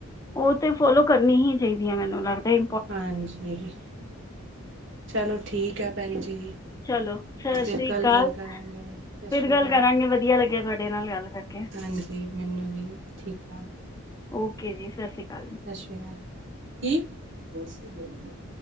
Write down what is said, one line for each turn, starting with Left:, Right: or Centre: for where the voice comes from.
Left: ਉਹ ਤੇ ਫੋਲੋ ਕਰਨੀ ਹੀ ਚਾਹੀਦੀ ਏ, ਮੈਨੂੰ ਲੱਗਦਾ ਐ।
Right: ਹਾਂਜੀ ਚਲੋ ਠੀਕ ਐ ਭੈਣ ਜੀ।
Left: ਚਲੋ, ਸਤਿ
Right: ਫਿਰ
Left: ਸ੍ਰੀ
Right: ਕੱਲ
Left: ਅਕਾਲ
Right: ਗੱਲ ਕਰਾਂਗੇ ਸਤਿ ਸ਼੍ਰੀ
Left: ਫਿਰ ਗੱਲ
Right: ਅਕਾਲ
Left: ਕਰਾਂਗੇ ਵਧੀਆ ਲੱਗਿਆ ਤੁਆਡੇ ਨਾਲ ਗੱਲ ਕਰ ਕੇ।
Right: ਹਾਂਜੀ ਮੈਨੂੰ ਵੀ ਠੀਕ ਆ।
Left: ਓਕੇ ਜੀ ਸਤਿ ਸ੍ਰੀ ਅਕਾਲ ਜੀ।
Right: ਸਤਿ ਸ੍ਰੀ ਅਕਾਲ, ਕੀ।